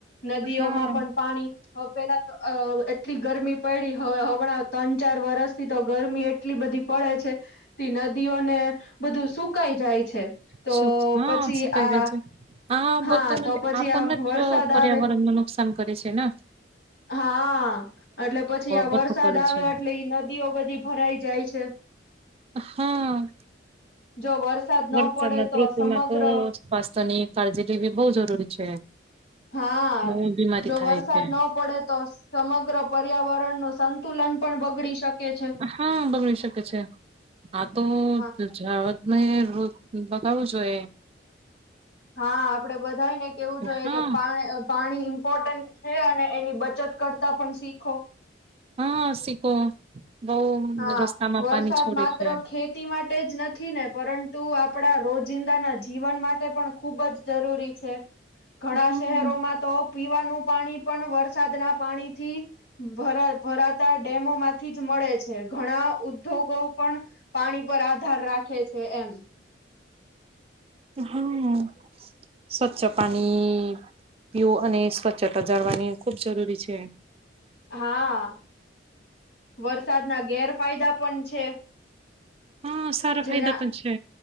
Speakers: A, on the left; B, on the right.
A: નદીઓમાં
B: હા
A: પણ પાણી હ, પેલા તો અ એટલી ગરમી પયડી હવે હમણાં ત્રણ ચાર વરસથી તો ગરમી એટલી બધી પડે છે, તે નદીઓને બધું સુકાઈ જાય છે. તો
B: સુખ, હ
A: પછી
B: શુંકાઈ
A: આ
B: હ
A: હા
B: બધું
A: તો પછી
B: આપણને
A: આ વરસાદ
B: જ પર્યાવરણમા
A: આવે
B: નુકસાન કરે છેને
A: હા, એટલે પછી આ
B: બધું
A: વરસાદ
B: કરે
A: આવે
B: છે
A: એટલે ઈ નદીઓ બધી ભરાઈ જાય છે.
B: હા.
A: જો વરસાદ ન
B: વરસાદના
A: પડે તો
B: ઋતુમાં
A: સમગ્ર
B: તો સ્વાસ્થ્ય ની કાળજી લેવી બહ જરૂરી છે.
A: હા,
B: હું બીમારી
A: જો
B: થાય
A: વરસાદ
B: છે
A: ન પડે તો સમગ્ર પર્યાવરણનુ સંતુલન, પણ બગડી શકે છે.
B: હા, બગડી શકે છે આ તો
A: હા
B: જ મે રોજ, બગાવુ જોએ
A: હા, આપડે બધા ને કેવું જોઈએ
B: હા
A: કે પા પાણી ઇમ્પોર્ટન્ટ છે, અને એની બચત બચત, કરતા પણ શીખો
B: હા સિકો બઉ
A: હા,
B: રસ્તામાં
A: વરસાદ
B: પાણી છોડે
A: માત્ર
B: છે
A: ખેતી માટે જ નથી ને પરંતુ આપડા રોજિંદાના જીવન, માટે પણ ખૂબજ જરૂરી છે. ઘણા
B: હમ
A: શહેરોમાં તો પીવાનું પાણી પણ વરસાદના, પાણી થી ભ ભરાતા ડેમો માંથી જ મળે છે. ઘણા ઉદ્યોગો પણ પાણી પર આધાર રાખે છે, એમ <inaudible>
B: હમ, સવચ્છ પાણી. પીવુ, અને સ્વચ્છતા જાળવાની ખૂબ જરૂરી છે.
A: હા. વરસાદ ના ગેરફાયદા, પણ છે.
B: હા સારા
A: જેના,
B: ફાયદા પણ છે